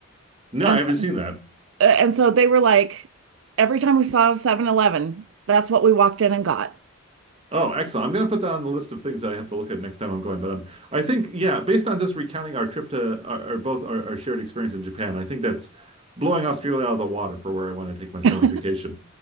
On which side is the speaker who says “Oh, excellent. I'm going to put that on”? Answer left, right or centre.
Right